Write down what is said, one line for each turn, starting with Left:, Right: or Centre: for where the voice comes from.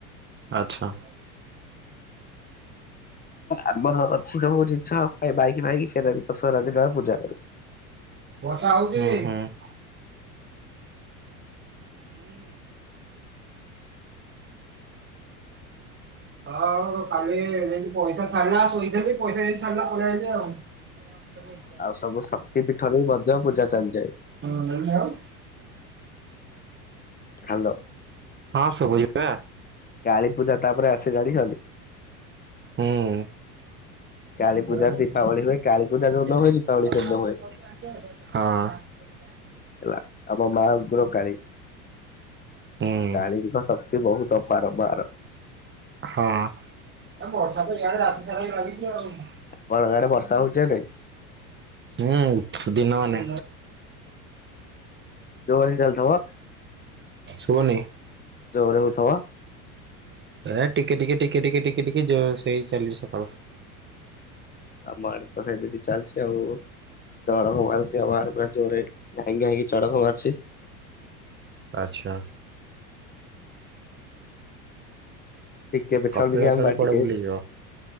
Right: ଆଚ୍ଛା।
Left: ଆମର ଅଛି ସବୁ ଜିନଷ ବାଇକି ଫାଇକି ସେଟା ବି ଦଶହର ଦିନ ଆମେ ପୂଜା କରୁ।
Right: ହୁଁ ହୁଁ। ହୁଁ ହଁ କାଲି ଏନ୍ତି ପଇସା ଛାଡିଲା ଶୋଇିଥିଲି ପଇସା ଯେମିତି ଛାଡିଲା ପଳେଇ ଆଇଲି ଆଉ ହ ସେ <inaudible>
Left: ଆଉ ସବୁ ଶକ୍ତି ପୀଠରେ ହି ମଧ୍ୟ ପୂଜା ଚାଲିଯାଏ।
Right: ହୁଁ <inaudible>
Left: ହାଲୋ।
Right: ହଁ ଶୁଭୁଚି ବା।
Left: କାଳୀପୂଜା ତାପରେ ଆସେ ଜାଣିଛନ୍ତି?
Right: ହୁଁ। ହଁ।
Left: କାଳୀ ପୂଜା ଦୀପାବଳି ହୁଏ କାଳୀ ପୂଜା ଯୋଉଦିନ ହୁଏ ଦୀପାବଳି
Right: କେଜାଣି
Left: ସେଦିନ ହୁଏ ହେଲା ଆମ ମା ଉଗ୍ର କାଳୀ
Right: ହୁଁ
Left: କାଳୀଙ୍କ ଶକ୍ତି ବହୁତ। ବାରମ୍ବାର
Right: ହଁ।
Left: କଣ ଇଆଡ଼େ ବର୍ଷା ହଉଛି ଏବେ?
Right: ହୁଁ ଦିନ ମାନେ
Left: ଯୋରେ ସେ ଚାଲିଥିବ?
Right: ଶୁଭୁନି?
Left: ଜୋରେ ହଉଥିବ?
Right: ଏଁ ଟିକେ ଟିକେ ଟିକେ ଟିକେ ଟିକେ ଟିକେ ଜୋର ସେଇ ଚାଲିଚି ସକାଳୁ।
Left: ଆମ ଆଡେ ତ ସେମିତି ଚାଲଚି ଆଉ। ଚଢକ ମାରୁଛି ଆମ ଆଡେ ପୁରା ଜୋର ଘାଇଁ ଘାାଇଁ କି ଚଢକ ମାରୁଛି।
Right: ଆଚ୍ଛା।
Left: ଟିକେ ବି
Right: କପିଳାସ
Left: ଛାଡୁନି କି ଆମ
Right: ଆଡେ
Left: ବା
Right: କୁଆଡେ
Left: ଟିକେ,
Right: ବୁଲିଯିବ?